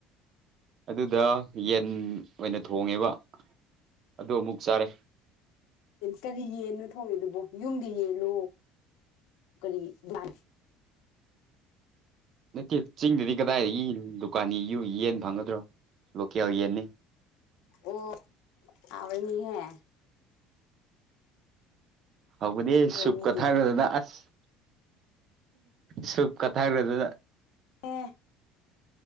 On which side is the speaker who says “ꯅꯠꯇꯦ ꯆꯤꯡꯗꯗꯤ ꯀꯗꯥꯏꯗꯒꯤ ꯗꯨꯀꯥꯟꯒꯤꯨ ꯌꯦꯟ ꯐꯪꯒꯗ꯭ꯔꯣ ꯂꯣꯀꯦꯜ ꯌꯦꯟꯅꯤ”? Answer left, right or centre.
Right